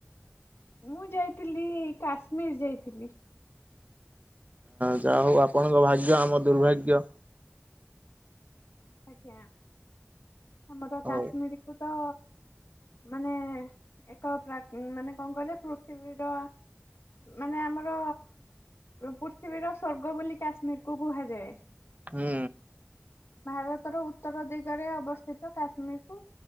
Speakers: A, on the left; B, on the right.
A: ମୁଁ ଯାଇଥିଲି କାଶ୍ମୀରର ଯାଇଥିଲି।
B: ଯାହା ହଉ ଆପଣଙ୍କ ଭାଗ୍ୟ, ଆମ ଦୁର୍ଭାଗ୍ୟ।
A: ଆଜ୍ଞା। ଆମର ଆମର
B: ହଉ
A: କାଶ୍ମୀରକୁ ତ ଆମେ ଏକ ପ୍ରା ମାନେ କଣ କହିଲେ? ପୃଥିବୀର। ମାନେ ଆମର ପୃଥିବୀର ସ୍ୱର୍ଗ ବୋଲି କାଶ୍ମୀରକୁ କୁହାଯାଏ।
B: ହୁଁ।
A: ଭାରତର ଉତ୍ତର ଦିଗରେ ଅବସ୍ଥିତ କାଶ୍ମୀରକୁ।